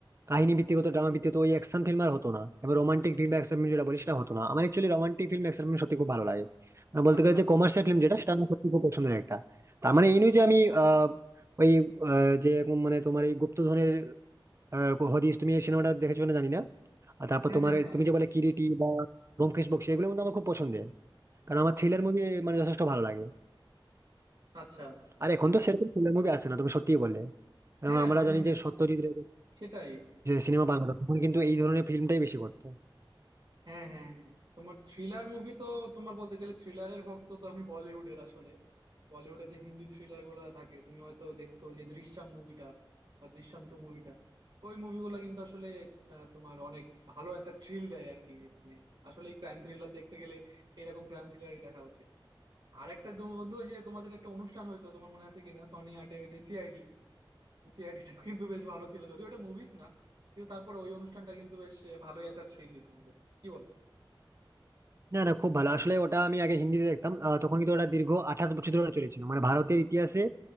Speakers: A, on the right; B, on the right.
A: কাহিনী ভিত্তিক হতো ড্রামা ভিত্তিক হতো ওই অ্যাকশন ফিল্ম আর হতো না এবার রোমান্টিক ফিল্ম বা অ্যাকশন ফিল্ম যেটা বলি সেটা হতো না আমার actually romantic film action film সত্যি খুব ভালো লাগে মানে বলতে
B: আচ্ছা
A: গেলে
B: আচ্ছা
A: যে কমার্শিয়াল ফিল্ম যেটা সেটা আমার সত্যি খুব পছন্দের একটা তার মানে এই নয় যে আমি আহ ওই আহ, যে মানে তোমার এই গুপ্তধনের আহ, হদিস তুমি এই সিনেমাটা দেখেছো না জানি না আর তারপর
B: হ্যাঁ
A: তোমার
B: হ্যাঁ
A: এই-
B: হ্যাঁ
A: তুমি
B: হ্যাঁ
A: যে বলে কিরিটি বা ব্যোমকেশ বক্সী এগুলো কিন্তু আমার খুব পছন্দের কারণ আমার থ্রিলার মুভি মানে যথেষ্ট ভালো লাগে
B: আচ্ছা
A: আর এখন তো সেরকম থ্রিলার মুভি আসে না তুমি সত্যিই বলে কারণ
B: হ্যাঁ
A: আমরা
B: মানে
A: জানি যে সত্যজিৎ রে
B: সেটাই
A: সিনেমা বানাতো তখন কিন্তু এই ধরনের ফিল্মটাই বেশি করতো
B: হ্যাঁ হ্যাঁ হ্যাঁ তোমার থ্রিলার মুভি তো তোমার বলতে গেলে থ্রিলারের ভক্ত তো আমি বলিউডের আসলে বলিউডে যে হিন্দি থ্রিলার গুলো থাকে তুমি হয়তো দেখছো যে দৃশ্যম মুভিটা বা দৃশ্যম টু মুভিটা ওই মুভিগুলো কিন্তু আসলে আহ, তোমার অনেক ভালো একটা থ্রিল দেয় আর কি মানে আসলে ক্রাইম থ্রিলার দেখতে গেলে এরকম ক্রাইম থ্রিলারই দেখা উচিত আর একটা তুমি বন্ধু ওই যে তোমাদের একটা অনুষ্ঠান হয়তো তোমার মনে আছে কিনা সনি আটে ওই যে সিআইডি সিআইডিটা কিন্তু বেশ ভালো ছিল যদিও এটা মুভিস না কিন্তু তারপরে ওই অনুষ্ঠানটা কিন্তু বেশ ভালোই একটা থ্রিল দিত আমাদের কি বলো
A: না না খুব ভালো আসলে ওটা আমি আগে হিন্দিতে দেখতাম আহ, তখন কিন্তু ওটা দীর্ঘ আঠাশ বছর ধরে চলেছিল মানে ভারতের ইতিহাসে